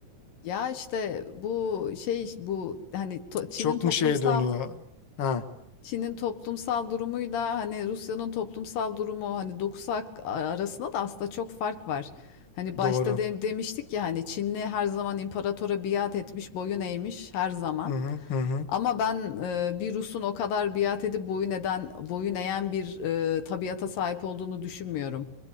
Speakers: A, on the left (about 85°); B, on the left (about 45°).
A: ya işte bu şey bu hani to- Çin'in
B: Çok
A: toplumsal
B: mu şeye dönüyor? Ha,
A: Çin'in toplumsal durumuyla hani Rusya'nın toplumsal durumu hani dokusu ak- arasında da aslında çok fark var. Hani başta
B: doğru.
A: de- demiştik ya hani Çinli her zaman imparatora biat etmiş, boyun eğmiş her zaman.
B: Hı hı hı. hı.
A: Ama ben e, bir Rus'un o kadar biat edip boyun eden, boyun eğen bir e, tabiata sahip olduğunu düşünmüyorum.